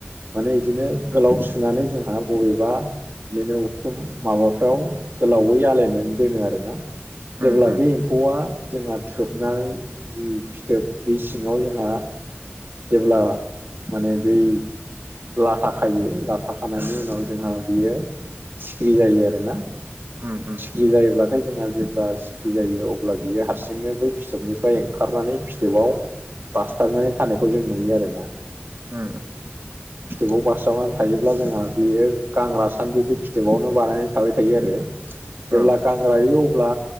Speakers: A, on the right (about 55°); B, on the right (about 75°).
A: माने बिदिनो गोलाव सुनानै जोंहा बबेबा बिदिनो उखुम माबाफ्राव गोलावै आलायनानै दोनो आरोना।
B: उम
A: जेब्ला
B: उम
A: बे एम्फौआ जोंहा थोबनानै जि फिथोब बे सि ङाव जोंहा जेब्ला माने बै लाथा खायो लाथा खानायनि उनाव जोंहा बियो सिखिरि जायो आरो ना।
B: उम उम
A: जि जायोब्लाथाय जोंहा जेनबास खुथि जायो अब्ला बियो हारसिंनो बै फिथोबनिफ्राय ओंखारनानै फिथोबाव बास्थाबनानै थानायखौ जों नुयो आरोना।
B: औ उम औ उम औ उम
A: फिथोबाव बारस्रावनानै थायोब्ला जोंहा बेयो गांग्रासान्दिखौ फिथोबावनो बानायनानै थाबाय थायो आरो
B: उम
A: जेब्ला गां गां रायो अब्ला